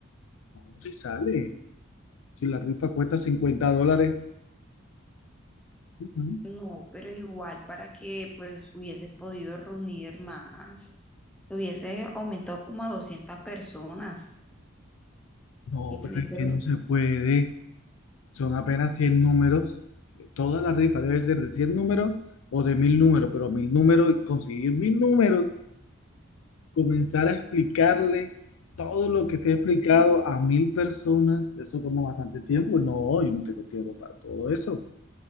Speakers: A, on the left (about 80°); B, in the centre.
A: No, si sale. Si la rifa cuesta 50 dólares. Ujú.
B: No, pero igual para que pues hubiese podido reunir más, hubiese aumentado como a 200 personas
A: No,
B: y tuviese
A: pero es que no se puede. Son apenas 100 números. Toda la rifa debe ser de 100 números o de 1000 números, pero 1000 números, y conseguir 1000 números comenzar a explicarle todo lo que te he explicado a mil personas, eso toma bastante tiempo. No, yo no tengo tiempo para todo eso.